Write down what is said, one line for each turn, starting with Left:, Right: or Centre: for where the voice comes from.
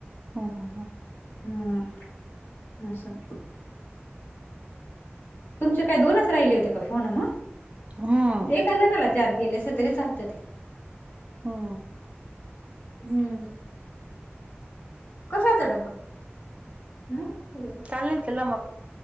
Right: हम्म हम्म
Left: हम्. असन. तुमचे काय दोनच राहिले होते का, फोन मग?
Right: हम्म
Left: एका जणाला चार केलेसा तरी चालत ते.
Right: हो.
Left: हम्म. कशाचा डब्बा? नाही माहिती रे मला.
Right: चालेल, चला मग.